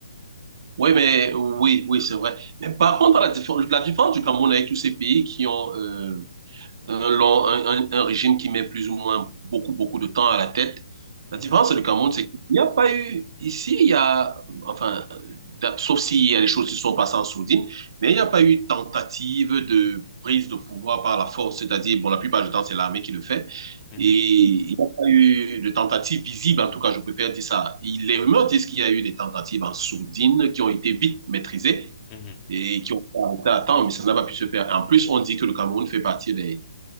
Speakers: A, on the right (about 55°); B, on the left (about 25°).
A: Oui, mais oui, oui, c'est vrai. Mais par contre, la, différence- la différence du Cameroun avec tous ces pays qui ont euh, un, long- un- un- un régime qui met plus ou moins beaucoup, beaucoup de temps à la tête. La
B: Mhm,
A: différence du Cameroun, c'est qu'il n'y a pas eu, ici, il y a, enfin, sauf s'il y a des choses qui sont passées en sourdine, mais il n'y a pas eu tentative de prise de pouvoir par la force, c'est-à-dire, bon, la plupart du temps, c'est l'armée qui le fait,
B: mhm,
A: et il n'y a pas eu de tentative visible, en tout cas, je préfère dire ça. Il- Les rumeurs disent qu'il y a eu des tentatives en sourdine qui ont été vite maîtrisées
B: mhm,
A: et qui ont été arrêtées à temps, mais ça n'a pas pu se faire. En plus, on dit que le Cameroun fait partie des